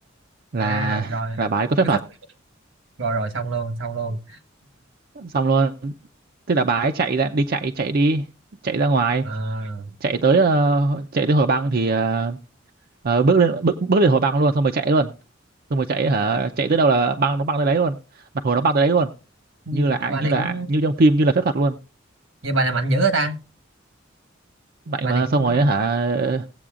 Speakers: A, on the right; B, on the right.
A: là
B: à rồi
A: là bà ấy có phép
B: biết
A: thuật
B: pháp rồi rồi xong luôn xong luôn
A: xong luôn thế là bà ấy chạy ra đi chạy chạy đi chạy ra ngoài
B: à,
A: chạy tới ờ, chạy tới hồ băng thì ờ, ờ, bước lên bước, bước lên hồ băng luôn xong rồi chạy luôn xong rồi chạy hả chạy tới đâu là băng nó băng tới đấy luôn mặt hồ nó băng tới đấy luôn
B: như
A: như là
B: bà
A: như
B: này
A: là
B: cũng
A: như trong phim như là phép thuật luôn
B: như bà này mạnh dữ hả ta
A: mạnh
B: bà
A: mà
B: này cũng
A: xong rồi á hả